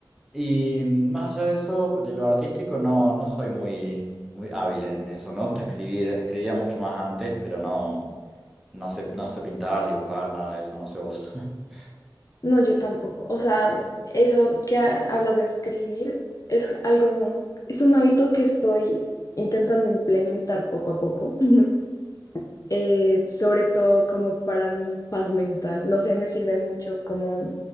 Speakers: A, in the centre; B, on the left.
A: Y más allá de eso, de lo artístico, no, no soy muy, muy hábil en eso. Me gusta escribir, escribía mucho más antes, pero no, no sé, no sé pintar, dibujar, nada de eso, no sé vos. <laughs>
B: No, yo tampoco. O sea, eso que ha- hablas de escribir es algo, es un hábito que estoy intentando implementar poco a poco. <laughs> Eh, sobre todo como para mi paz mental. No sé, me sirve mucho como